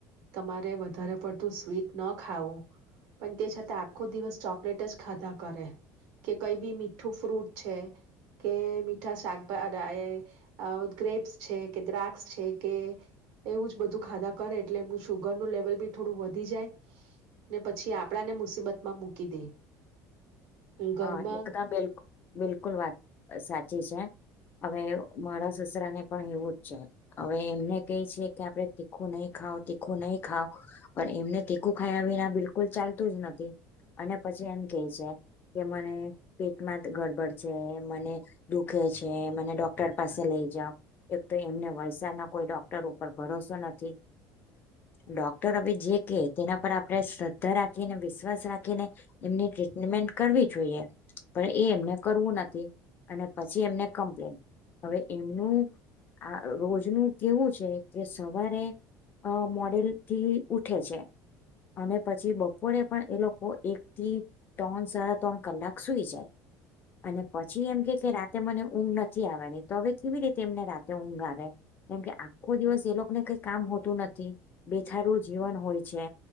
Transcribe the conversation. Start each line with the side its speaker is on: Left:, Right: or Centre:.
Right: તમારે વધારે પડતું સ્વીટ ન ખાવું, પણ તે છતા આખો દિવસ ચોકલેટ જ ખાધા કરે, કે કઈ બી મીઠું ફ્રૂટ છે કે મીઠા શાકભા ગ્રેપ્સ છે કે દ્રાક્ષ છે કે એવું જ બધું ખાધા કરે એટલે એમ શુગરનું લેવલ બી થોડું વધી જાય, ને પછી આપણાને મુસીબતમાં મૂકી દે. ઘરમાં
Left: હા એકદમ બિલ બિલકુલ વાત સાચી છે. હવે મારા સસરાને પણ એવું જ છે, હવે એમને કહે છે કે આપણે તીખું નહી ખાવ તીખું નહી ખાવ, પણ એમને તીખું ખાયા વિના બિલકુલ ચાલતું જ નથી, અને પછી એમ કે છે. કે મને પેટમાં ગડબડ છે મને, દુખે છે મને ડોક્ટર પાસે લઈ જાવ, એક તો એમને વલસાદના કોઈ ડોક્ટર ઉપર ભરોસો નથી, ડોક્ટર અ જે કે તેના પર આપણે શ્રદ્ધા રાખીને વિશ્વાસ રા ને એમની ટ્રીટમેન્ટ જોઈએ પણ એ એમને કરવું નથી અને પછી લેન ને કમ્પ્લેન, એમનું રોજનું કેવું છે કે સવારે મોડે થી ઉઠે છે, અને પછી બપોરે પણ એ લોકો એકથી ત્રણ સાડા ત્રણ કલાક સુઈ જાય, અને પછી એમ કે કે રાતે મને ઊંઘ નથી આવવાની તો હવે કેવી રીતે એમને રાતે ઊંઘ આવે, કેમ કે આખો દિવસ એ લોકોને કઈ કામ હોતું નથી, બેથારું જીવન હોય છે,